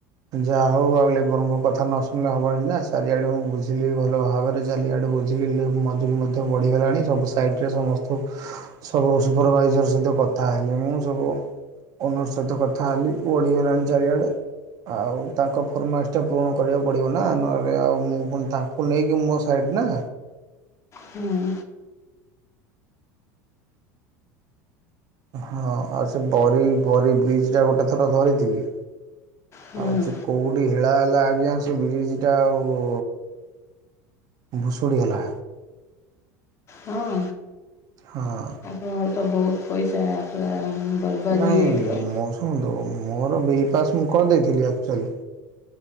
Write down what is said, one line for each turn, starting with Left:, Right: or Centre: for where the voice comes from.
Right: ଯାହା ହଉ ଆଉ ଲେବରଙ୍କ କଥା ନ ଶୁଣିଲେ ହବନି ନା ଚାରିଆଡେ ମୁଁ ବୁଝିଲି ଭଲ ଭାବରେ। ଚାରିଆଡେ ବୁଝିଲି ମଜୁରୀ ମଧ୍ୟ ବଢିଗଲାଣି ସବୁ ସାଇଡ ରେ ସମସ୍ତଙ୍କ ସବୁ ସୁପରଭାଇଜର ସହିତ କଥା ହେଲେ ମୁଁ ସବୁ ଓନର ସହିତ କଥା ହେଲି ଓଢ଼ିଗଲାଣି ଚାରିଆଡ଼େ। ଆଉ ତାଙ୍କ ଫର୍ମାଇସ ପୂରଣ କରିବାକୁ ପଡ଼ିବ ନା ନହେଲେ ଆଉ ମୁଁ ପୁଣି ତାଙ୍କୁ କୁ ନେଇକି ମୋ ସାଇଡ଼ ନା।
Left: ହୁଁ।
Right: ହଁ ଆଉ ସେ ବରି ବରି ବ୍ରିଜ ଟା ଗୋଟେ ଥର ଧରିଥିଲି
Left: ହୁଁ
Right: ଆଉ ସେ କଉଠି ହେଳା ହେଲା ଆଜ୍ଞା ସେ ବ୍ରଜ୍ ଟା ଆଉ ଭୁଷୁଡ଼ିଗଲା।
Left: ହଁ।
Right: ହଁ।
Left: ହଁ ତ ବହୁତ ପଇସା ପୁରା ବର୍ବାଦ
Right: ନାଇଁ
Left: ହେଇଯାଇଥିବ।
Right: ମୁଁ ଶୁଣନ୍ତୁ ମୋର ବିଲ୍ ପାସ୍ ମୁଁ କରିଦେଇଥିଲି ଆକ୍ଚୁଆଲି।